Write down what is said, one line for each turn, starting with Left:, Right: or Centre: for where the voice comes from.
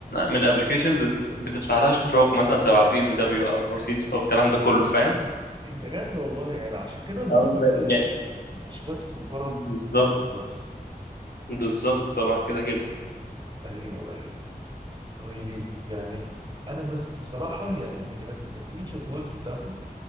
Left: من ابلكيشنز بتدفع لها اشتراك مثلا تبع بي ام دبليو او مرسيدس او الكلام ده كله فاهم
Right: بجد والله يعني عشان كده الموضوع
Left: اه والله
Right: بيبقى غالي
Left: يعني
Right: ما بيبقاش بس مجرد
Left: بالظبط
Right: كود وخلاص
Left: بالظبط طبعا كده كده
Right: ايوه ايوه طيب يعني انا بس بصراحه يعني انا كانت من الفيوتشر جولز بتاعتي